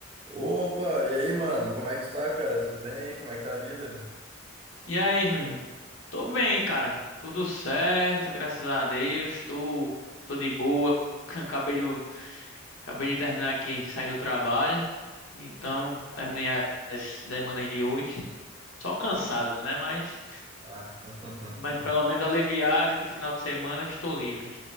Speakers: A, on the right; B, on the left.
A: Opa, e aí, mano? Como é que tu tá, cara? Tudo bem aí? Como é que tá a vida?
B: E aí, meu irmão? Tô bem, cara. Tudo certo, graças a Deus. Tô, tô de boa. <laughs> Acabei de, acabei de terminar aqui, sair do trabalho. Então, terminei as demandas de hoje. Só cansado, né? Mas,
A: Ah, <laughs>
B: mas pelo menos aliviado que final de semana estou livre.